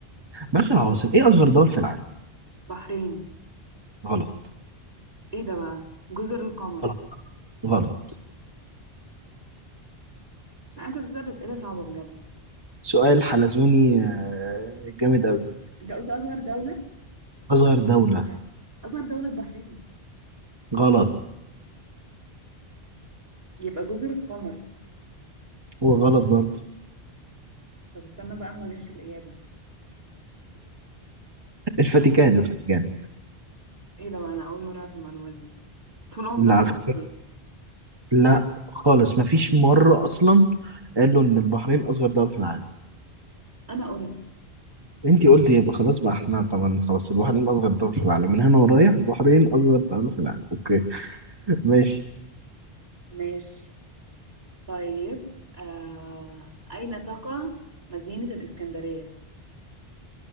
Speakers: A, on the right (about 25°); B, on the right (about 50°).
A: بلاش العواصم ايه اصغر دول في العالم
B: بحرين
A: غلط
B: ايه ده بقى جزر القمر
A: غلط غلط
B: لا انت بتسأل اسئله صعبه بجد
A: سؤال حلزوني آه، جامد قوي
B: انت قلت اصغر دوله
A: اصغر دولة
B: مدينه اصغر دوله البحرين
A: غلط
B: يبقى جزر القمر
A: وغلط برضه
B: طب استنى بقى اما اغش الاجابه
A: الفاتيكان الفاتيكان
B: ايه ده بقى انا اول مره اعرف المعلومات دي طول عمرها
A: لا على
B: البحرين
A: فكرة لا خالص مفيش مرة اصلا قالوا ان البحرين اصغر دولة في العالم
B: انا قلت
A: انتي قلتي يبقى خلاص بقى احنا طبعا خلاص البحرين اصغر دولة في العالم من هنا ورايح البحرين اصغر دولة في العالم اوكي ماشي
B: ماشي طيب آه... اين تقع مدينه الاسكندريه